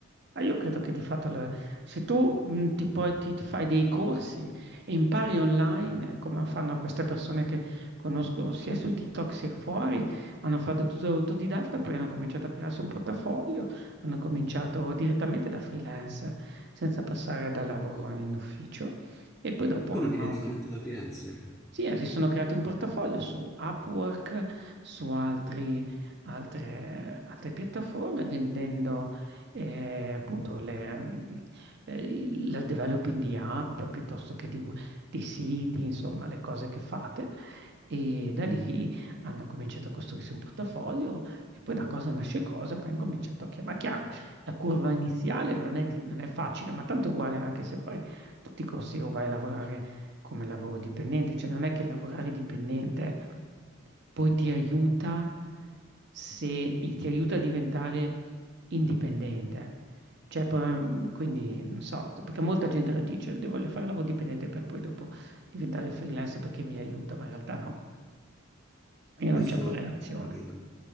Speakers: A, on the right; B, in the centre.
A: Ma io credo che di fatto la- se tu mh, ti, puoi- ti- ti fai dei corsi e impari online, eh, come fanno queste persone che conosco sia su TikTok sia fuori, hanno fatto tutto autodidatta, poi hanno cominciato a crearsi un portafoglio, hanno cominciato direttamente da freelancer, senza passare da lavoro in ufficio, e poi dopo
B: Quindi
A: hanno
B: direttamente la freelancer.
A: sì, eh, si sono creati un portafoglio su Upwork, su altri- altre, altre piattaforme, vendendo eh, appunto le, mm, eh, il- la developing di app piuttosto che di, we- di siti, insomma, le cose che fate. E da lì hanno cominciato a costruirsi un portafoglio e poi da cosa nasce cosa, poi hanno cominciato a chiamare. Chiaro, la curva iniziale non è, di- non è facile, ma tanto uguale anche se fai tutti i corsi o vai a lavorare come lavoro dipendente, cioè non è che lavorare dipendente poi ti aiuta se ti aiuta a diventare indipendente. Cioè, poi, quindi, non so, perché molta gente la dice, "Io voglio fare lavoro dipendente per poi dopo diventare freelance perché mi aiuta, ma in realtà no, io
B: Questo
A: non c'è correlazione.
B: questo ho capito.